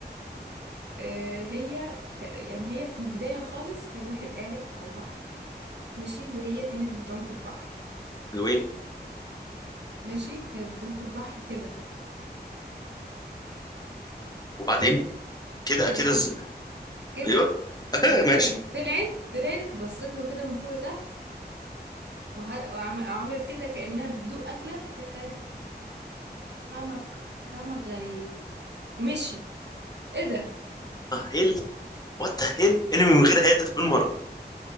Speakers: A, on the right (about 85°); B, on the left (about 20°).
A: آه، هي تق- يعني هي في البدايه خالص كان واحد قاعد على البحر ماشي وهي كانت بتعوم في البحر
B: اللي هو ايه
A: ماشي كانت بتعوم في البحر كده
B: وبعدين
A: كده
B: كده كده
A: ماشي
B: ز...
A: كده
B: ايوه <laughs>
A: وبعد كده
B: ماشي
A: هت- طلعت طلعت بصيت له كده من فوق لتحت وح- وعم- وعملت كده كأنها بتدوق أكلة قالت طعمك طعمك غريب ومشي ايه ده
B: اه هيل، وات ذا هيل انمي من غير هدف بالمره